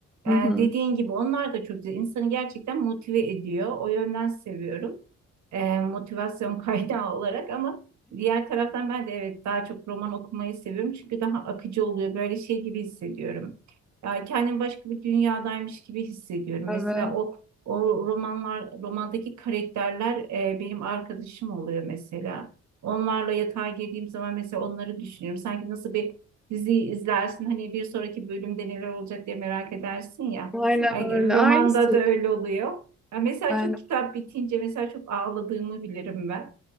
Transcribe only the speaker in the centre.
Hı hı.
Evet.
Aynen
öyle.
Aynısı.
Ben